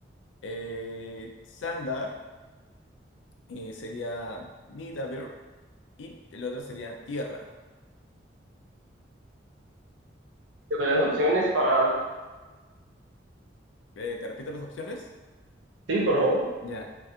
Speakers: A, on the left; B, on the right.
A: Eh, Sandar eh, sería Nidavellir y el otro sería Tierra.
B: De las opciones para...
A: Eh, ¿te repito las opciones?
B: Sí, por favor.
A: Ya.